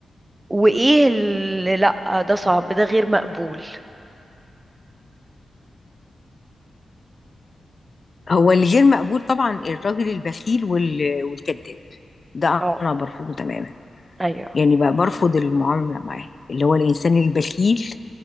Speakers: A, on the right; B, on the left.
A: وايه اللي لا ده صعب ده غير مقبول
B: هو اللي غير مقبول طبعا الراجل البخيل وال- والكذاب ده
A: اه
B: انا برفضه تماما
A: ايوه
B: يعني بقى برفض المعاملة معاه اللي هو الانسان البخيل